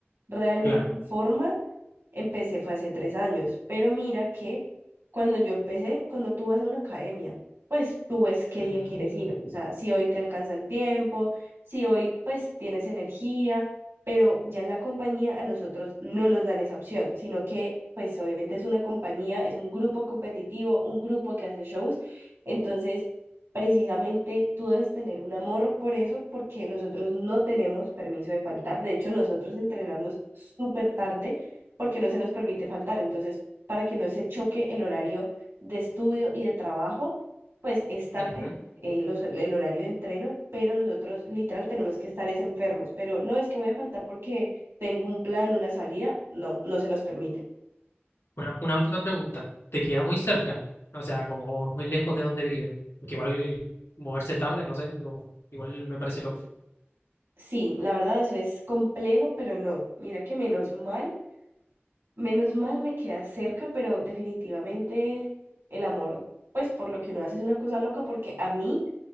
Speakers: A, on the right; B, on the left.
A: realmente
B: claro.
A: en forma empecé fue hace tres años, pero mira que cuando yo empecé, cuando tú vas a una academia, pues tú ves qué
B: Mm.
A: día quieres ir, o sea, si hoy te alcanza el tiempo, si hoy pues tienes energía pero ya en la compañía a nosotros no nos dan esa opción, sino que pues obviamente es una compañía, es un grupo competitivo, un grupo que hace shows, entonces precisamente tú debes tener un amor por eso porque nosotros no tenemos permiso de faltar, de hecho nosotros entrenamos súper tarde porque no se nos permite faltar, entonces para que no se choque el horario de estudio y de trabajo, pues es tarde
B: Ujú.
A: eh, los- el horario de entreno, pero nosotros literal tenemos que estar es enfermos, pero no es que voy a faltar porque tengo un plan, una salida, no, no se nos permite.
B: Una, una última pregunta. ¿Te queda muy cerca? O sea, como o muy lejos de donde vives. Porque igual moverse tarde, no sé, como- igual me parece loco.
A: Sí, la verdad eso es complejo, pero no, mira que menos mal, menos mal me queda cerca, pero definitivamente el amor, pues por lo que uno hace es una cosa loca, porque a mí